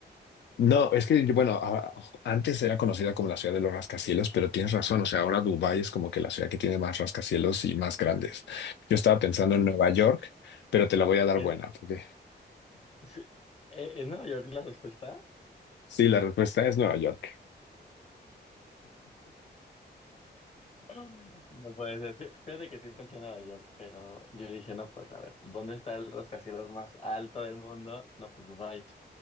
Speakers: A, on the left (about 80°); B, on the left (about 35°).
A: no, es que, bueno, a- antes era conocida como la ciudad de los rascacielos, pero tienes razón, o sea, ahora Dubái es como que la ciudad que tiene más rascacielos y más grandes. Yo estaba pensando en Nueva York, pero te la voy a dar
B: ¿Es,
A: buena, porque
B: sí, eh, ¿es Nueva York la respuesta?
A: sí, la respuesta es Nueva York.
B: <clears throat> No puede ser. Fí- Fíjate que sí pensé en Nueva York, pero yo dije, no, pues a ver, ¿dónde está el rascacielos más alto del mundo? No, pues Dubái.